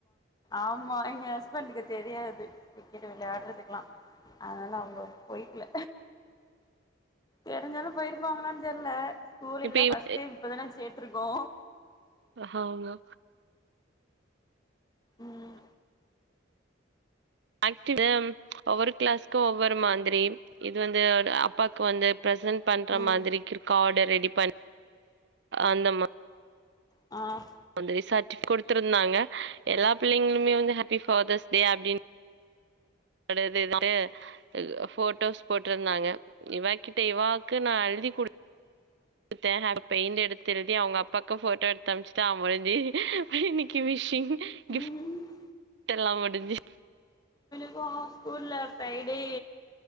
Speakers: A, on the left (about 20°); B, on the right (about 60°).
A: ஆமா எங்க ஹஸ்பண்டக்கு தெரியாது கிரிக்கெட் வெளையாட்றதுக்ல்லா அதல அவுங்க பொய்க்ல தெரிஞ்சாலு பொய்ருப்பாங்ளான்னு தெரில ஸ்கூல்ல
B: இப்ப இவ்
A: ஃபஸ்ட் டைம் இப்ப தானே சேத்ருக்கோ
B: ஹ ஆமா
A: ம்
B: <unintelligible> ஒவ்வொரு கிளாஸ்க்கு ஒவ்வொரு மாதிரி இது வந்து அப்பாக்கு வந்து ப்ரெசன்ட் பண்ற
A: ம்
B: மாதிரி கிருக் கார்ட் ரெடி பண்ணி அந்த மா
A: அ
B: வந்து சார்ட்டி குடுத்திருந்தாங்க எல்லா பிள்ளைங்களுமே வந்து ஹாப்பி ஃபாதர்ஸ் டே அப்டின் <unintelligible> போட்டோஸ் போட்டிருந்தாங்க இவா கிட்ட இவாக்கு நா எழ்தி குடுத் தே அவ பெயிண்ட் எடுத்து எழுதி அவுங்க அப்பாவுக்கு போட்டோ எடுத்து அனுப்ச்சுட்டு அவ <unintelligible> இன்னைக்கு விஷ்ஷிங் கிஃப்
A: ம்
B: டெல்லா முடிஞ்சி
A: இப்போ ஸ்கூல்ல ஃப்ரைடே